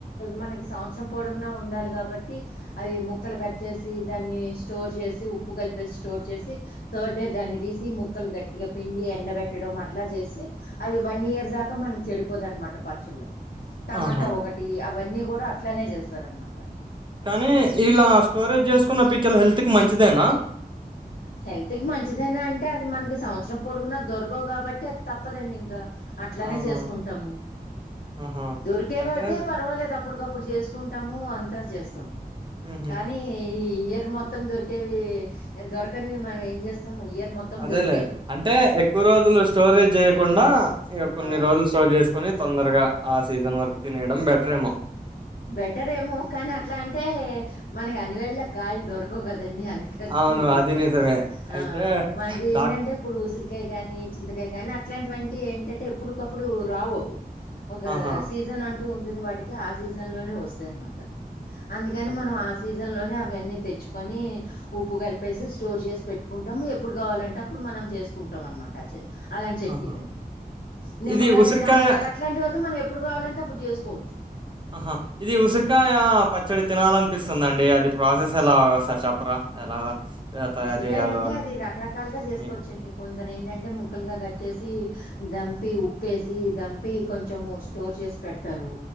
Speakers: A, on the left (about 70°); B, on the right (about 30°).
A: మనకి సవంత్సరం పొడుగునా ఉండాలి కాబట్టి అయి ముక్కలు కట్ చేసి దాన్ని స్టోర్ జె ఉప్పు కలిపేసి స్టోర్ చేసి థర్డ్ డే దాన్ని తీసి ము ముక్కలు గట్టిగా పిండి ఎండబెట్టడం అట్లా చేసి అవి వన్ ఇయర్ దాకా మనకి చెడిపోదనమాట పచ్చళ్లు టమాటా
B: ఆహా
A: ఒకటి అవన్నీ కూడా అట్లానే చేస్తార అనమాట
B: కానీ ఇలా స్టోరేజ్ చేసుకున్న పికేలే హెల్త్ కి మంచిదేనా!?
A: హెల్త్ కి మంచిదైనా అంటే అది మనకి సంవత్సరం పొడుగున దొరకవు కాబట్టి అది తప్పదండి ఇంకా అట్లానే
B: ఆహా
A: చేసుకుంటాము
B: ఆహా
A: దొరికే
B: అంటే
A: వాకే పర్వాలేదు అప్పుడు గప్పుడు అప్పుడు చేసుకుంటాము అంతా చేస్తాము
B: ఉహు
A: కానీ ఈ ఇయర్ మొత్ మొత్తం దొరికేవి దొరకనివి మనం ఏం చేస్తాం ఇయర్ మొత్తం
B: అదేలే
A: దొరి
B: అంటే ఎక్కువ రోజులు స్టోరేజ్ చేయకుండా ఇగ కొన్ని
A: ఆ
B: రోజులు స్టోర్ చేసుకొని తొందరగా ఆ సీజన్ వరకూతినేయాడోమ్ బేటారేమో
A: బెటర్ ఏమో కానీ అట్లా అంటే మనకి అన్నివేళ్ళ కాయలు దొరకవు కదా అందుకని
B: అవును
A: నే
B: అది
A: చెప్పేది
B: నిజమే
A: అట్లా ఆ
B: అయితే
A: మనకి
B: డాక్
A: ఏంటంటే ఇప్పుడు ఉసిరి కాయ గానీ, చింతకాయ గాని అట్లాంటివంటివి ఏంటంటే ఎప్పుటికప్పుడు రావు అవి. ఒక
B: ఆహా
A: సీజన్ అంటూ ఉంటుంది వాటికి ఆ సీజన్ లోనే వస్తాయి అనమాట. అందుకని
B: అదే
A: మనం ఆ సీజన్ లోనే అవన్నీ తెచ్చుకొని ఉప్పు కలిపేసి స్టోర్ చేసి పెట్టుకుంటము, ఎప్పుడు కావాలంటే అప్పుడు మనం చేసుకుం టం అనమాట అచ అలాంటి చట్నీలన్నీ.
B: ఆహా
A: నిమ్మకాయలు,
B: ఇది ఉసిరికాయ
A: టమాటాలు అట్లాటివి అవుతే మనం ఎప్పుడు కావాలంటే అప్పుడు చేసుకోవచ్చు.
B: ఆహా ఇది ఉసిరికాయ పచ్చడి తినాలనిపిస్తుందండి. అది ప్రాసెస్ ఎలా ఒసారి చెప్పరా ఎలా. ఆహ్, తయారు
A: ఉసిరికాయ
B: చేయాలో
A: అంటే
B: అని
A: అది రకరకాలుగా చేసుకోవచ్చండి.
B: మీకు
A: కొందరు ఏంటంటే ముక్కలుగా కట్ చేసి ధంపి ఉ ఉప్పేసి దంపి కొంచం స్టోర్ చేసి పెడతరు.